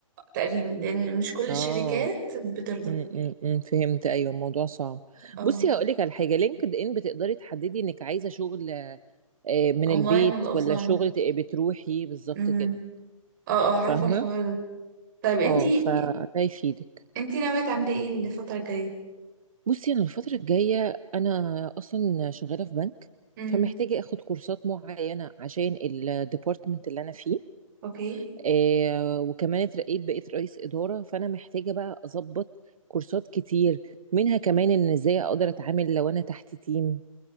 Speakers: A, on the right; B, on the right.
A: تقريبا لان مش كل الشركات
B: مم. اه
A: بترضى
B: امم فهمت ايوه الموضوع صعب
A: اه
B: بصي هقول لك على حاجه لينكد ان بتقدري تحددي انك عايزه شغل آه، من
A: اونلاين
B: البيت
A: ولا اوفلاين
B: ولا شغل تبقي بتروحي بالظبط
A: امم
B: كده
A: اه اه عارفة
B: فاهمه
A: الحوار ده طيب انتي
B: اه فده يفيدك
A: انتي ناوية تعملي ايه الفترة الجاية
B: بصي انا الفتره الجايه انا اصلا شغاله في بنك
A: امم
B: فمحتاجه اخد كورسات معينه عشان الديبارتمنت اللي انا فيه
A: اوكي
B: آه وكمان اترقيت بقيت رئيس إدارة فأنا محتاجة بقى أظبط كورسات كتير منها كمان إن إزاي أقدر أتعامل لو أنا تحت تيم